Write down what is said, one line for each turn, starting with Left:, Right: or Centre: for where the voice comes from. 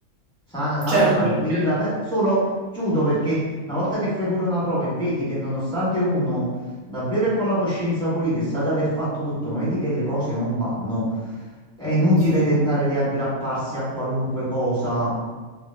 Centre: Sana, salva,
Right: certo
Centre: tranquilla,
Right: perché
Centre: per- solo chiudo perché una volta che fai pure una prova e vedi che nonostante uno davvero è con la coscienza pulita e sa di aver fatto tutto, ma vedi che le cose non vanno, è inutile
Right: sì.
Centre: tentare di aggrapparsi a qualunque cosa.